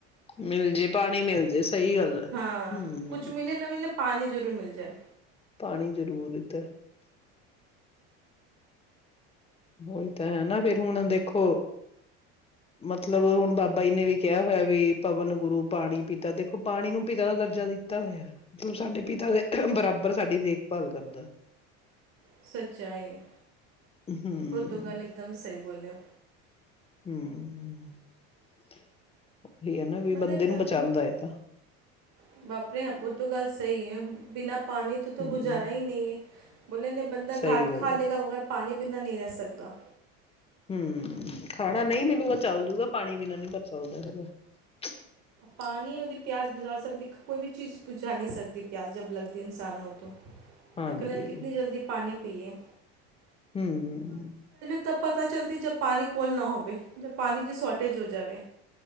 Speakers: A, on the left; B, on the right.
A: ਮਿਲ ਜੇ ਪਾਣੀ ਮਿਲ ਜੇ ਸਹੀ ਗੱਲ ਹੈ
B: ਹਾਂ
A: ਹਮ
B: ਕੁੱਛ ਮਿਲੇ ਨਾ ਮਲੇ ਪਣੀ ਜ਼ਰੂਰ ਮਿਲ ਜਾਏ
A: ਪਾਣੀ ਜ਼ਰੂਰਤ ਆ ਉਹੀ ਤਾਂ ਹੈ ਨਾ ਫਿਰ ਹੁਣ ਦੇਖੋ ਮਤਲਬ ਹੁਣ ਬਾਬਾ ਜੀ ਨੇ ਵੀ ਕਿਹਾ ਹੋਇਆ ਵੀ ਪਵਨ ਗੁਰੂ ਪਾਣੀ ਪਿਤਾ ਦੇਖੋ ਪਾਣੀ ਨੂੰ ਪਿਤਾ ਦਾ ਦਰਜਾ ਦਿੱਤਾ ਹੋਇਆ ਮਤਲਬ ਸਾਡੇ ਪਿਤਾ ਦੇ ਬਰਾਬਰ ਸਾਡੀ ਦੇਖਭਾਲ ਕਰਦਾ
B: ਸੱਚਾਈ
A: ਹਮ
B: ਉਹ ਤੋਂ ਗੱਲ ਇੱਕਦਮ ਸਹੀ ਬੋਲਿਆ
A: ਹਮ ਇਹ ਹੈ ਨਾ ਵੀ
B: ਬੰਦੇ ਦੇ
A: ਨੂੰ
B: ਆਪਣੇ
A: ਬਚਾਉਂਦਾ ਹੈ ਤਾਂ
B: <unintelligible> ਉਹ ਤੋਂ ਗੱਲ ਸਹੀ ਆ ਬਿਨਾਂ ਪਾਣੀ ਤਾਂ
A: ਹਮ
B: ਗੁਜ਼ਾਰਾ ਹੀ ਨਹੀਂ ਹੈ ਬੋਲੇ ਨਾ ਬੰਦਾ
A: ਸਹੀ
B: ਘਾਟ
A: ਗੱਲ
B: ਖਾ ਲੇਗਾ
A: ਹੈ
B: ਮਗਰ ਪਾਣੀ ਬਿਨਾ ਨਹੀਂ ਰਹਿ ਸਕਦਾ
A: ਹਮ ਖਾਣਾ ਨਹੀਂ ਮਿਲੂਗਾ ਚੱਲ ਜੂਗਾ ਪਾਣੀ ਬਿਨਾਂ ਨੀ ਪਰ ਚੱਲਦਾ ਹੈ <unintelligible>
B: ਪਾਣੀ ਉਹਦੀ ਪਿਆਸ ਬੁਝਾ ਸਕਦੀ ਕੋਈ ਵੀ ਚੀਜ਼ ਬੁਝਾ ਨਹੀਂ ਸਕਦੀ ਪਿਆਸ ਜਬ ਲੱਗਦੀ ਇਨਸਾਨ ਨੂੰ ਉਹ ਤੋਂ
A: ਹਾਂਜੀ
B: <unintelligible> ਕਿਤਨੀ ਜਲਦੀ ਪਾਣੀ ਪੀਏ
A: ਹਮ ਹਮ ਹਮ
B: ਤਬ ਪਤਾ ਚੱਲਦੀ ਜਬ ਪਾਣੀ ਕੋਲ ਨਾ ਹੋਵੇ ਜਦ ਪਾਣੀ ਦੀ ਸ਼ੋਰਟੇਜ ਹੋ ਜਾਵੇ